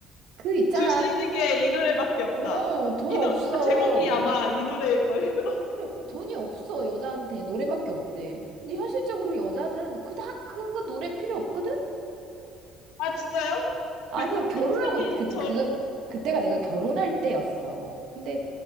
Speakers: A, on the right; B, on the left.
A: 그 있잖아.
B: 줄 수 있는 게 이 노래밖에 없다.
A: 어, 돈
B: 이
A: 없어.
B: 노, 아, 제목이 아마 이 노래일걸. <laughs>
A: 그래, 돈이 없어. 여자한테 노래밖에 없대. 근데 현실적으로 여자는 그닥 그 노래 필요 없거든?
B: 아, 진짜요?
A: 아니야,
B: 그
A: 결혼하고
B: 학생인
A: 그,
B: 저,
A: 그, 그때가 내가 결혼할 때였어. 근데